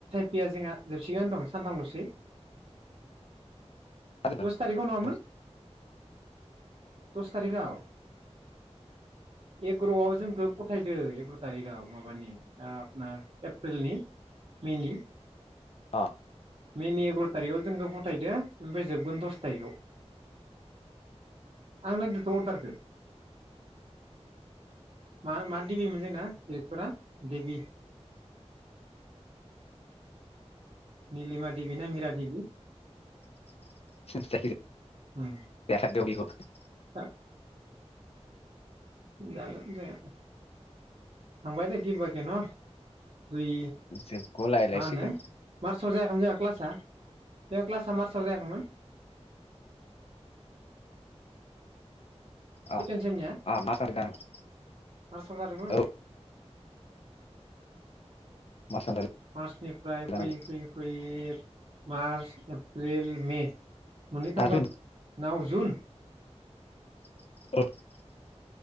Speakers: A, on the right; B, on the left.
A: पियाव जोबसिगोन दं सानथामल'सै
B: जादोंमोन
A: दस थारिखाव नङामोन?
B: दस
A: दस थारिखआव। एग्र'आव जोंखौ फथायदो एग्र' थारिखआव माबानि आपनार एप्रिलनि। मे नि
B: अ
A: मेनि एग्र' थारिखआव जोंखौ फथायदो ओमफ्राय जोबगोन दस थारिखआव आं नायदोथ' अर्डारखौ मा मा देबिमोन जोंना डाइरेक्टरा देबि निलिमा देबि ना मिरा देबि
B: <unintelligible>
A: उम <unintelligible> जागोन जाया थांबाय दै। किबाके न दुइ
B: जोबगलायलायसिगोन
A: मा होनो मार्चआव जायाखैमोन जोंहा क्लासआ? जोंहा क्लासआ मार्सआव जायाखैमोन?
B: अ
A: सेकेण्ड सेमनिया
B: अ मार्चआव जानांगौ
A: मार्साव जादोंमोन।
B: औ मार्चआव
A: मार्चनिफ्राय
B: जानांगौ
A: फैयै फैयै फैयै मार्च, एप्रिल, मे मोननै
B: दा
A: थांबाय
B: जुन
A: नाव जुन
B: <unintelligible>